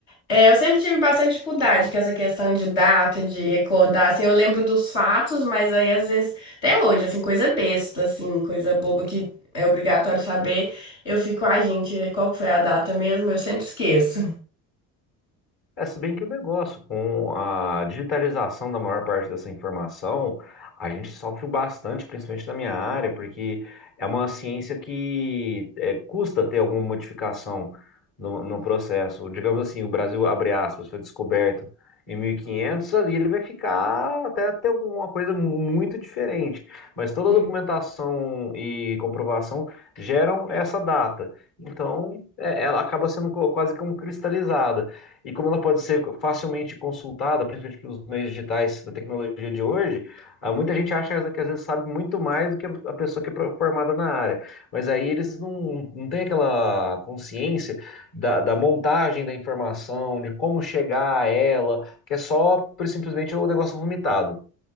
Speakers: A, on the left; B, on the left.
A: É, eu sempre tive bastante dificuldade com essa questão de data, de recordar, assim, eu lembro dos fatos, mas aí às vezes, até hoje, assim, coisa besta, assim, coisa boba que é obrigatório saber, eu fico, ai, gente, qual que foi a data mesmo? Eu sempre esqueço.
B: É, se bem que o negócio, com a digitalização da maior parte dessa informação, a gente sofre bastante, principalmente na minha área, porque é uma ciência que é, custa ter alguma modificação no, no processo. Digamos assim, o Brasil, abre aspas, foi descoberto em 1500, ali ele vai ficar até ter alguma coisa muito diferente. Mas toda
A: Sim.
B: a documentação e comprovação geram essa data. Então, é, ela acaba sendo co- quase como cristalizada. E como ela pode ser facilmente consultada, principalmente pelos meios digitais da tecnologia de hoje, ah, muita gente acha que às vezes sabe muito mais do que a pessoa que é pro- formada na área. Mas aí eles não, não têm aquela consciência da, da montagem da informação, de como chegar a ela, que é só por- simplesmente o negócio vomitado.